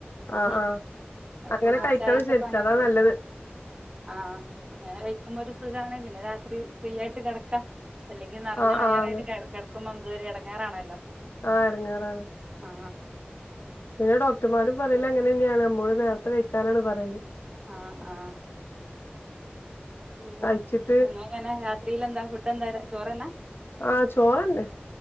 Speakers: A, on the right (about 25°); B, on the left (about 70°).
A: ഉ
B: ആഹ് ആഹ്
A: അപ്പൊ
B: അങ്ങനെ
A: കുറച്ചായിട്ടിപ്പം
B: കഴിക്കണം ശരിക്കും
A: അങ്ങനെ
B: അതാ
A: തന്നെ
B: നല്ലത്
A: ആ അങ്ങനെ കഴിക്കുമ്പോ ഒരു സുഗാണ് പിന്നെ രാത്രി ഫ്രീ ആയിട്ട് കിടക്ക അല്ലെങ്കില് നിറഞ്ഞ
B: ആഹ്
A: വയാറായിട്ട്
B: ആഹ് അതെ
A: കെട കിടക്കുമ്പോ നമുക്ക് ഒരു എടങ്ങാറാണല്ലോ
B: ആഹ് എടങ്ങേറാണ്
A: ആ
B: പിന്നെ ഡോക്ടർമാരും പറയല് അങ്ങനെ തന്നെയാണ് നമ്മ മ്മളോട് നേരത്തെ കഴിക്കാനാണ് പറയല്
A: ആ ആ ഉം
B: കഴിച്ചിട്ട്
A: നിങ്ങളങ്ങനെ രാത്രിൽ എന്താ ഫുഡ് എന്താ രാത് ചോറന്നാ
B: ആ ചോറ്ണ്ട്